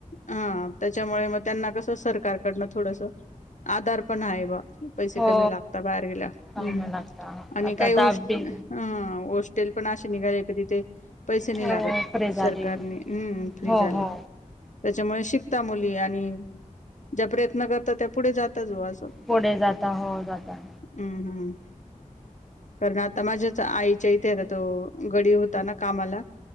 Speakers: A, on the left; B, in the centre.
A: हा त्याच्यामुळे मग त्यांना कसं, सरकारकडनं थोडस आधार पण आहे बा. पैसे
B: हो
A: कमी लागता बाहेर गेल्याव.
B: चांगलं
A: हम्म हम्म,
B: लागत आता
A: आणि काही
B: दहावी
A: होस्ट ह होस्ट टेल पण असे निघाले का? तीथे पैसे नाही
B: हो
A: लागत.
B: फ्री झाली
A: सरकारने हम्म फ्री
B: हो
A: झालय.
B: हो
A: त्याच्यामुळे शिकता मुली. आणि ज्या प्रयत्न करता त्या पुढे जाताच बा अस.
B: पुढे जाता. हो जाता.
A: हम्म हम्म. कारण आता माझ्याच आईच्या इथे तो गडी होता ना कामाला.